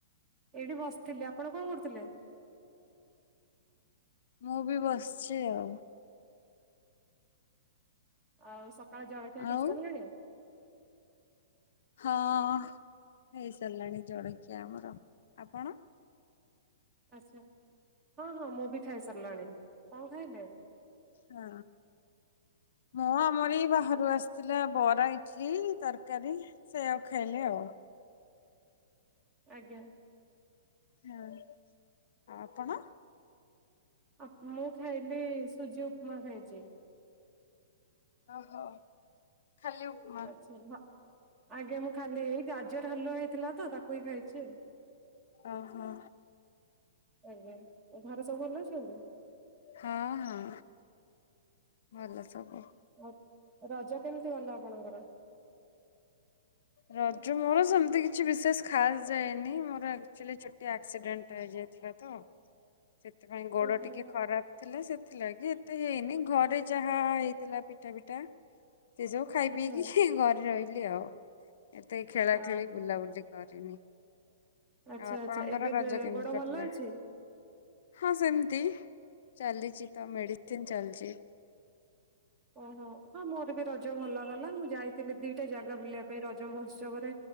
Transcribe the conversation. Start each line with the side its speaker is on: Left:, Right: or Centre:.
Right: ଏଇଠି ବସ୍ ଥିଲି ଆପଣ କଣ କରୁଥିଲେ?
Left: ମୁଁ ବି ବସଚି ଆଉ।
Right: ଆଉ କାଳେ ଜଳଖିଆ
Left: ଆଉ
Right: କରିସାରଲଣି?
Left: ହଁ ହେଇସାରିଲାଣି ଜଳଖିଆ ଆମର ଆପଣ?
Right: ଆଛା। ହଁ ହଁ ମୁଁ ବି ଖାଇସାରଲଣି। କଣ ଖାଇଲେ?
Left: ହଁ। ମୁଁ ଆମର ଏଇ ବାହାରୁ ଆସିଥିଲା ବରା ଇଟଲି ତରକାରୀ ସେୟାକୁ ଖାଇଲି ଆଉ।
Right: ଆଜ୍ଞା।
Left: ହଁ ଆଉ ଆପଣ
Right: ଆପ୍ ମୁଁ ଖାଇଲି ସୁଜି ଉପମା ଖାଇଛି।
Left: ଓହୋ। ଖାଲି ଉପମା।
Right: ଆଚ୍ଛା ହଁ ଆଜ୍ଞା ମୁଁ ଖାଲି ହି ଗାଜର ହାଲୁଆ ହେଇଥିଲା ତ ତାକୁ ହିଁ ଖାଇଛି।
Left: ଓହୋ।
Right: ଆଜ୍ଞା। ଆଉ ଘରେ ସବୁ ଭଲ ଅଛନ୍ତି?
Left: ହଁ ହଁ ଭଲ। ସବୁ।
Right: ଆଉ ରଜ କେମିତି ଗଲା ଆପଣଙ୍କର?
Left: ରଜ ମୋର ସେମିତି କିଛି ବିଶେଷ ଖାସ ଯାଏନି ମୋର ଆଚୁଲି ଟି ଆକ୍ସିଡେଣ୍ଟ ହେଇଯାଇଥିଲା ତ। ସେଥିପାଇଁ ଗୋଡ
Right: ଓହୋ
Left: ଟିକେ ଖରାପ ଥିଲା ସେ ଥିଲଗି ଏତେ ହେଇନି ଘରେ ଯାହା ହେଇଥିଲା ପିଠା ପିଠା। ସେସବୁ ଖାଇ
Right: ଆଚ୍ଛା
Left: ପିଇକି ଘ ରହିଲି ଆଉ। ଏତେ ଖେଳାଖେଳି
Right: ଅ
Left: ବୁଲାବୁଲି କରିନି।
Right: ଆଚ୍ଛା
Left: ଆଉ ଆପଣଙ୍କର
Right: ଆଚ୍ଛା ଏବେ-ବେ
Left: ରଜ କେମିତି
Right: ଗୋଡ
Left: କଟିଲା?
Right: ଭଲ ଅଛି?
Left: ହଁ ସେମିତି ଚାଲିଛି ତ ମେଡିସିନ ଚାଲଛି।
Right: ଓହୋ। ହଁ ମୋର ବି ରଜ ଭଲ ଗଲା, ମୁଁ ଯାଇ ଥିଲି ଦିଟା ଜାଗା ବୁଲିବା ପାଇଁ ରଜ ମହୋତ୍ସବରେ।